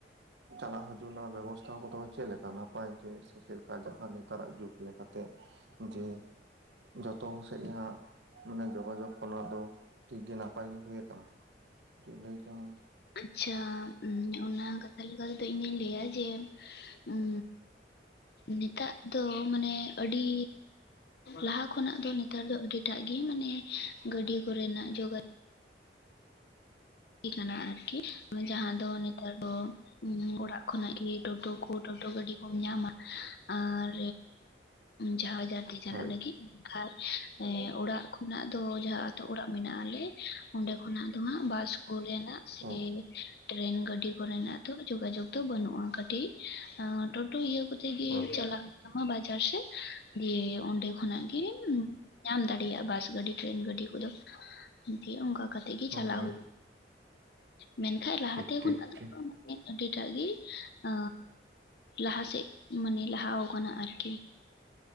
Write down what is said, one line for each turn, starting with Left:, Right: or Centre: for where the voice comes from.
Right: ᱪᱟᱞᱟᱜ ᱦᱤᱡᱩᱜ ᱨᱮᱱᱟᱜ ᱵᱮᱵᱚᱥᱛᱷᱟ ᱠᱚᱫᱚ ᱪᱮᱫᱞᱮᱠᱟ ᱱᱟᱯᱟᱭ ᱜᱮ ᱥᱮ ᱪᱮᱫᱞᱮᱠᱟ ᱡᱟᱦᱟᱸ ᱱᱮᱛᱟᱨᱟᱜ ᱡᱩᱜᱽ ᱞᱮᱠᱟᱛᱮ᱾ ᱡᱮ ᱡᱷᱚᱛᱚ ᱦᱟᱸᱜ ᱢᱟᱱᱮ ᱡᱳᱜᱟᱡᱳᱜᱽ ᱠᱚᱨᱮᱱᱟᱜ ᱫᱚ ᱴᱷᱤᱠ ᱜᱮ ᱱᱟᱯᱟᱭ ᱜᱮ ᱦᱩᱭ ᱠᱟᱱᱟ᱾ ᱞᱟᱹᱭ ᱠᱮᱢᱟᱢ
Left: ᱟᱪᱪᱷᱟ ᱚᱱᱟ ᱠᱟᱛᱷᱟ ᱞᱮᱠᱟᱛᱮ ᱫᱚ ᱤᱧ ᱫᱩᱧ ᱞᱟᱹᱭᱟ ᱡᱮ ᱩᱸᱻ ᱱᱤᱛᱟᱨ ᱫᱚ ᱢᱟᱱᱮ ᱟᱹᱰᱤ ᱞᱟᱦᱟ ᱠᱷᱚᱱᱟᱜ ᱫᱚ ᱱᱮᱛᱟᱨ ᱫᱚ ᱟᱹᱰᱤᱴᱟᱜ ᱜᱮ ᱢᱟᱱᱮ ᱜᱟᱹᱰᱤ ᱠᱚᱨᱮᱱᱟᱜ ᱡᱚᱜᱟ ᱠᱟᱱᱟ ᱟᱨᱠᱤ ᱡᱟᱦᱟᱸ ᱫᱚ ᱱᱮᱛᱟᱨ ᱫᱚ ᱚᱲᱟᱜ ᱠᱷᱚᱱᱟᱜ ᱜᱮ ᱴᱳᱴᱳ ᱠᱚ ᱴᱳᱴᱳ ᱜᱟᱹᱰᱤ ᱠᱚᱢ ᱧᱟᱢᱟ ᱟᱨ ᱡᱟᱦᱟᱸ ᱡᱟᱦᱟᱛᱮ ᱪᱟᱞᱟᱜ
Right: ᱦᱳᱭ
Left: ᱞᱟᱹᱜᱤᱫ᱾ ᱟᱨ ᱚᱲᱟᱜ ᱠᱷᱚᱱᱟᱜ ᱫᱚ ᱡᱟᱦᱟᱸ ᱟᱛᱳ ᱚᱲᱟᱜ ᱢᱮᱱᱟᱜ ᱟᱞᱮ ᱚᱸᱰᱮ ᱚᱱᱟ ᱫᱚ ᱦᱟᱸᱜ ᱵᱟᱥ ᱠᱚᱨᱮᱱᱟᱜ ᱥᱮ
Right: ᱦᱳᱭ
Left: ᱴᱨᱮᱱ ᱜᱟᱹᱰᱤ ᱠᱚᱨᱮᱱᱟᱜ ᱫᱚ ᱡᱳᱜᱟᱡᱳᱜ ᱫᱚ ᱵᱟᱹᱱᱩᱜᱼᱟ ᱠᱟᱹᱴᱤᱡ ᱴᱳᱴᱳ ᱤᱭᱟᱹ ᱠᱚᱛᱮᱜᱤ
Right: ᱦᱳᱭ
Left: ᱪᱟᱞᱟᱜ ᱟᱢᱟ ᱵᱟᱡᱟᱨ ᱥᱮᱜ ᱜᱮ ᱚᱸᱰᱮ ᱠᱷᱚᱱᱟᱜ ᱜᱮ ᱧᱟᱢ ᱫᱟᱲᱮᱭᱟᱜᱼᱟ ᱵᱟᱥ ᱜᱟᱹᱰᱤ ᱴᱮᱨᱮᱹᱱ ᱜᱟᱹᱰᱤ ᱠᱚᱫᱚ ᱫᱤᱭᱮ ᱚᱱᱠᱟ ᱠᱟᱛᱮᱜ ᱜᱮ
Right: ᱦᱳᱭ
Left: ᱪᱟᱞᱟᱣ
Right: ᱦᱳᱭ
Left: ᱦᱩᱭᱩᱜᱼᱟ ᱢᱮᱱᱠᱷᱟᱱ ᱞᱟᱦᱟᱛᱮ
Right: ᱴᱷᱤᱠ ᱴᱷᱤᱠ
Left: ᱠᱷᱚᱱᱟᱜ
Right: ᱴᱷᱤᱠ
Left: ᱫᱚ ᱢᱤᱫ ᱟᱹᱰᱤᱴᱟᱜ ᱜᱮ ᱟ ᱞᱟᱦᱟ ᱥᱮᱫ ᱢᱟᱱᱮ ᱞᱟᱦᱟ ᱟᱠᱟᱱᱟ ᱟᱨᱠᱤ